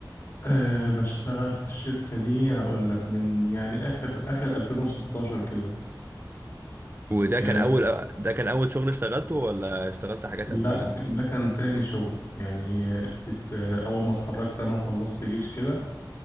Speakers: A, on the left; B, on the right.
A: أه بشتغل في الشركة دي هقول لك من يعني آخر آخر 2016 كده
B: وده
A: يعني
B: كان اول ده كان اول شغل اشتغلته ولا اشتغلت حاجات
A: لا
B: قبلها
A: ده كان تاني شغل يعني كنت أول ما اتخرجت أنا وخلصت جيش كده